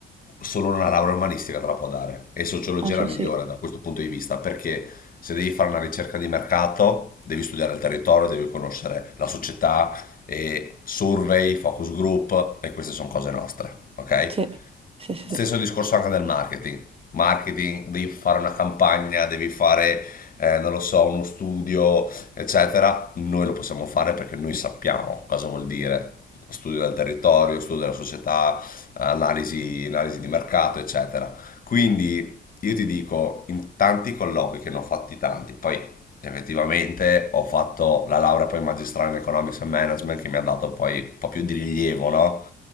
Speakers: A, on the left; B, on the right.
A: solo una laurea umanistica te la può dare e sociologia
B: ah, sì,
A: è la migliore
B: sì,
A: da questo punto di vista perché se devi fare una ricerca di mercato devi studiare il territorio, devi conoscere la società e survey, focus group e queste sono cose nostre, ok?
B: sì, sì, sì.
A: Stesso
B: sì.
A: discorso anche del marketing. Marketing, devi fare una campagna, devi fare, eh, non lo so, uno studio, eccetera. Noi lo possiamo fare perché noi sappiamo cosa vuol dire. Studio del territorio, studio della società, analisi, analisi di mercato, eccetera. Quindi io ti dico, in tanti colloqui che ne ho fatti tanti, poi effettivamente ho fatto la laurea poi magistrale in Economics and Management che mi ha dato poi un po' più di rilievo, no?